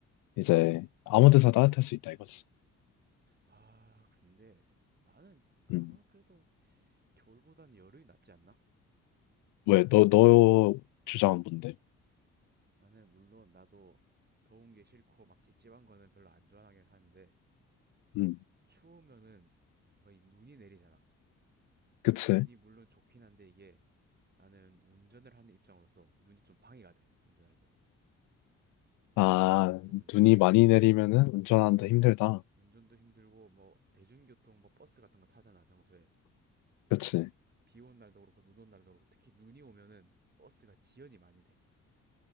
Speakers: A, on the left; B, on the right.
A: 이제
B: 다른,
A: 아무 데서 따뜻할 수 있다 이거지.
B: 아, 근데 나는 감은
A: 음.
B: 그래도 겨울보다는 여름이 낫지 않나?
A: 왜,
B: 그러니까
A: 너, 너 주장은 뭔데?
B: 나는 물론 나도 더운 게 싫고 막 찝찝한 거는 별로 안 좋아하긴 하는데,
A: 음.
B: 추우면은 뭔가 이 눈이 내리잖아.
A: 그치?
B: 눈이 물론 좋긴 한데 이게 나는 운전을 하는 입장으로서 눈이 좀 방해가 돼. 운전할 때.
A: 아,
B: 치우는 것도 문제고
A: 눈이 많이 내리면은 운전하는데 힘들다.
B: 운전도 힘들고 뭐 대중교통 뭐 버스 같은 거 타잖아 평소에.
A: 그치?
B: 비온 날도 그렇고 눈 온 날도 그렇고 특히 눈이 오면은 버스가 지연이 많이 돼.